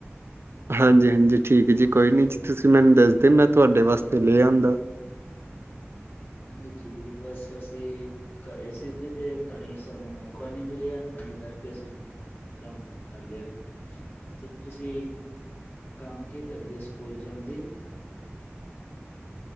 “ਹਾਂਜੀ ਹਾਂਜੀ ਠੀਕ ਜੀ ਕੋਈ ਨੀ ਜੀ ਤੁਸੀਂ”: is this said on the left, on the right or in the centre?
Right